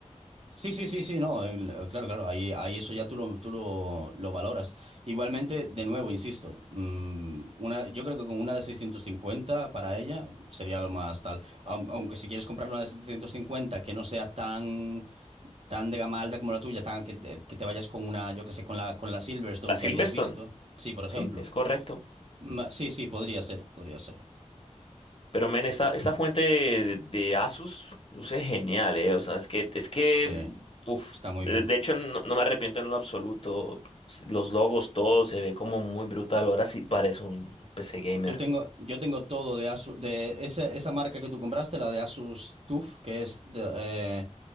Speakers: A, on the right (about 55°); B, on the left (about 50°).
A: Sí, sí, sí, sí, no, en- claro, claro, ahí, ahí eso ya tú lo, tú lo, lo valoras. Igualmente, de nuevo, insisto, mm, una, yo creo que con una de 650 para ella sería lo más tal. Aun- Aunque si quieres comprar una de 750, que no sea tan tan de gama alta como la tuya, tan, que, te, que te vayas con una, yo qué sé, con la, con la Silverstone
B: La Silverstone,
A: que habías visto. Sí, por ejemplo.
B: sí, es correcto.
A: Ma- Sí, sí, podría ser, podría ser.
B: Pero, men, esta, esta fuente de, de Asus luce genial, ¿eh? O sea, es que, es que,
A: Sí,
B: uf,
A: está muy
B: de,
A: bien.
B: de hecho no, no me arrepiento en lo absoluto. Los logos, todo se ve como muy brutal. Ahora sí parece un PC gamer.
A: Yo tengo, yo tengo todo de Asus, de esa, esa marca que tú compraste, la de Asus TUF, que es, de, eh,